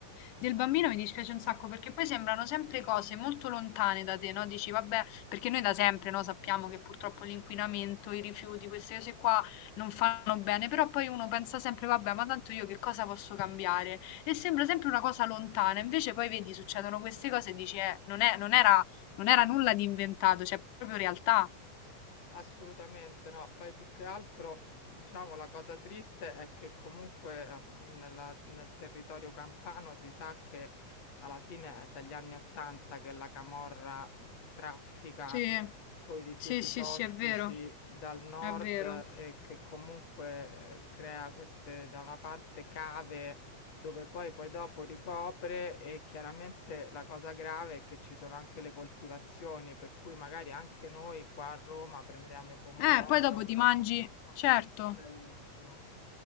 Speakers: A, on the left; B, on the left.
A: del bambino mi dispiace un sacco perché poi sembrano sempre cose molto lontane da te, no? Dici, vabbè, perché noi da sempre, no, sappiamo che purtroppo l'inquinamento, i rifiuti, queste cose qua non fanno bene, però poi uno pensa sempre, vabbè, ma tanto io che cosa posso cambiare? E sembra sempre una cosa lontana, invece poi vedi, succedono queste cose e dici, eh, non è, non era, non era nulla di inventato, cioè è proprio realtà.
B: assolutamente no. Poi più che altro, diciamo, la cosa triste è che comunque eh, nella- nel territorio campano si sa che alla fine è dagli anni 80 che la camorra mh, traffica
A: Sì,
B: coi rifiuti
A: sì, sì,
B: tossici
A: sì, è vero,
B: dal nord
A: è vero.
B: e che comunque eh, crea queste, da una parte, cave dove poi, poi dopo ricopre e chiaramente la cosa grave è che ci sono anche le coltivazioni, per cui magari anche noi qua a Roma prendiamo i pomodori,
A: Eh, poi dopo
B: o insomma,
A: ti mangi, certo.
B: bravissimo.